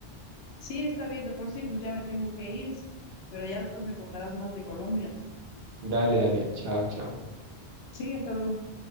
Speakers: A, on the left; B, on the right.
A: Sí, está bien, de por sí, pues ya me tengo que ir, pero ya después me contarás más de Colombia.
B: Dale, dale, chao, chao.
A: Sí, hasta luego.